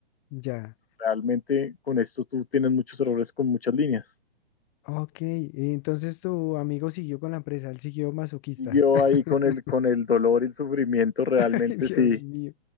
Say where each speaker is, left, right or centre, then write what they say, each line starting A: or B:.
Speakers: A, on the left; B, on the left.
A: ya.
B: Realmente con esto tú tienes muchos errores con muchas líneas.
A: Ok, entonces tu amigo siguió con la empresa, él siguió masoquista.
B: Y yo
A: <laughs>
B: ahí con el, con el dolor y el sufrimiento realmente
A: Ay, Dios
B: sí.
A: mío.